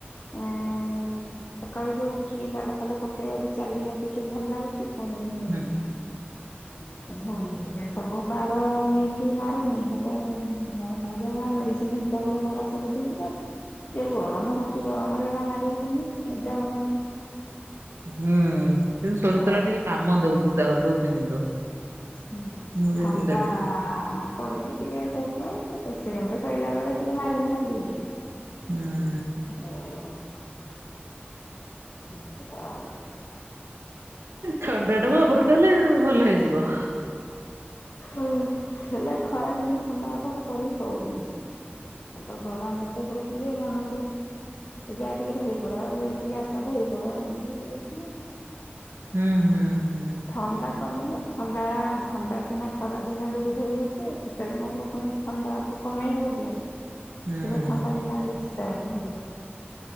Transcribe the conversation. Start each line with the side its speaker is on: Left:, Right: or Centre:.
Left: ଉଁ ସକାଳୁ ଯୋଉ ଉଠୁକି ପାଦ ଫାଦ ପକେଇବା କି ଚାଲିବା ଟିକେ ଭଲ ଲାଗୁଛି। <unintelligible>
Right: ହୁଁ ହୁଁ
Left: ସବୁ ବାର ନେଇ କିଛି ମାରୁନି ହେଲେ ଜଣେ କହିଲେ ଏରା ମେଡ଼ିସିନ୍ ହିସାବରେ ମାର ସବୁ ଦିନ ଯେ ଯୋଉ ଗରମ ହଉଛି ଗରମରେ ଏରା ମାରି ହଉନି ନିଦା ହବନି।
Right: ହୁଁ କିନ୍ତୁ ସୋରିଷ
Left: ତ
Right: ତେଲ ଟା ଟିକେ କାମ ଦଉ ଦ ଦଉଛି କିନ୍ତୁ।
Left: ହଁ
Right: ମୁଁ ଯେତିକି
Left: ଥଣ୍ଡା
Right: ଲାଗୁଛି
Left: ପଡୁନି ଟିକେ ଘସି ଏମିତି ଏସି ରୁମ୍ ରେ ସଇଲା ବେଳେ ଟିକେ ମାରୀମୁରା ଦିଏ।
Right: ହୁଁ।
Left: ହଁ। <unintelligible>
Right: ଥଣ୍ଡା ଟାକୁ
Left: ଆଉ
Right: ଆଭଏଡ୍
Left: କଣ
Right: କଲେ ଭଲ ହେଇଯିବ।
Left: ହଁ ହେଲେ ଖରା ଦିନେ ଥଣ୍ଡା ଆଭଏଡ କରି ହଉନି। ହେତ ଗରମ ଏତେ ହେଉଛି ଜେ ମନକୁ ଯାହା ଟିକେ ଧୋଇପଡ ଇଆଡ଼େଟିକେ ଆସ ଧୋଇ ପଡ ଏମିତି ହେଇଯାଉଛି ମୁଁ।
Right: ହୁଁ ହୁଁ ହୁଁ।
Left: ଥଣ୍ଡା କମିଲେ ଥଣ୍ଡା ଥଣ୍ଡା ସିନା ଖରା ଦିନ ଯୋଗୁଁ ଧୋଇହଉ ଛି ଶୀତଦିନ ହେଲେ ପୁଣି ଥଣ୍ଡାକୁ କମେଇ ହେବ କି ଆଉ
Right: ହୁଁ।
Left: ଏବେ ଥଣ୍ଡା ଦିନରେ ବେଶୀ <unintelligible>